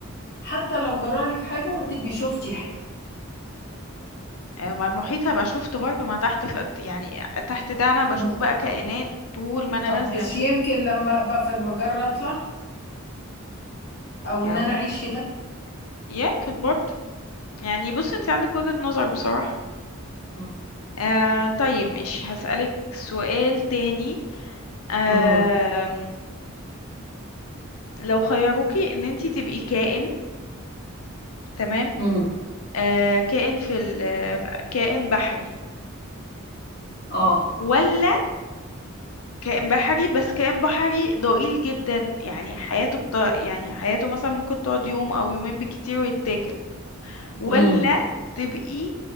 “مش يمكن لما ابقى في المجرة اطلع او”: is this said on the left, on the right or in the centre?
Left